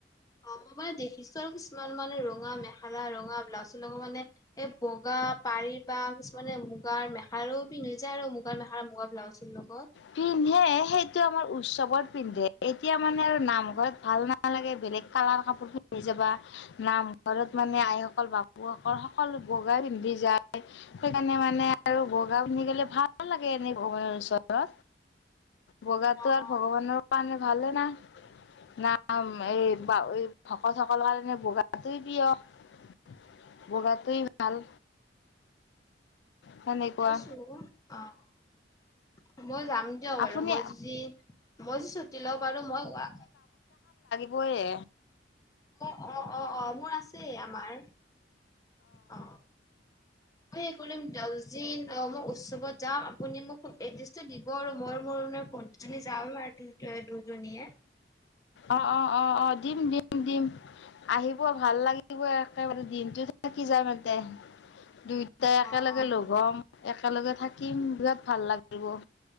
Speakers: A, on the left; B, on the left.
A: অঁ, মই দেখিছো আৰু কিছুমান মানে, ৰঙা মেখেলা ৰঙা, ব্লাউজ লগত মানে এ বগা পাৰি বা কিছুমানে মুগাৰ মেখে আৰু পিন্ধিযায় আৰু। মুগাৰ মেখেলা, মুগাৰ ব্লাউজৰ লগত।
B: পিন্ধে, সেইটো আমাৰ উৎসৱত পিন্ধে। এতিয়া মানে আৰু নামঘৰত ভাল নালাগে বে <unintelligible> বেলেগ কালাৰ কাপোৰ পিন্ধি যাবা নাম্‌ ঘৰত মানে আইসকল, বাপুসকল সকলো বগাই পিন্ধি যায়। সেইকাৰণে মানে আৰু বগ্‌ <unintelligible> বগা পিন্ধি গ'লে ভালো লাগে, এনেই ভগৱানৰ ওচৰ ৰত। বগাটো
A: অ
B: আৰু
A: অ
B: ভগৱানৰ কাৰণে ভালে না। নাম। এই এই ভকত -ভকতসলৰ কাৰণে বগাটোৱেই প্ৰীয়। বগাটোৱেই ভাল। সেনেকুৱা
A: চাইছো অঁ, অঁ মই যাম দিয়ক
B: আপুনি
A: আৰু। মই যি মই ছুটি লম আৰু মই, আ
B: বয়ে
A: অ অ অ অ মোৰ আছে আমাৰ। অ সেই কৰি। দছ দিন অ মই উৎসৱত যাম আপুনি মোক খুব এড্ৰেছটো দিব আৰু মই মোৰ। <unintelligible> দুজনী যাম <unintelligible> দুজনীয়ে
B: অ অ অ অ দিম দিম দিম। আহিব ভাল লাগিব একেবাৰে দিনটোত থ কি যামতে ইয়াতে দু। তাই একেলগে
A: অ অ
B: লগ হ'ম একেলগে থাকিম বিৰাট ভাল লাগিব।